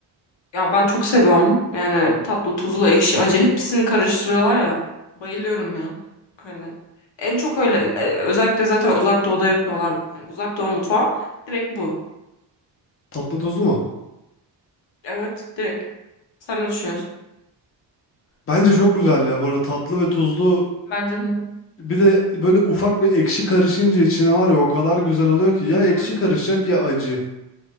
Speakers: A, on the left; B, on the left.
A: Ya ben çok seviyorum. Yani tatlı, tuzlu, ekşi, acı hepsini karıştırıyorlar ya. Bayılıyorum ya. Hani en çok öyle e, özellikle zaten uzak doğuda yapıyorlar. Yani uzak doğu mutfağı direkt bu.
B: Tatlı tuzlu mu?
A: Evet, direkt. Sen ne düşünüyorsun?
B: Bence çok güzel ya. Bu arada tatlı ve tuzlu
A: Bence de.
B: Bir de böyle ufak bir ekşi karışınca içine var ya o kadar güzel oluyor ki ya
A: Hı hı.
B: ekşi karışacak ya acı.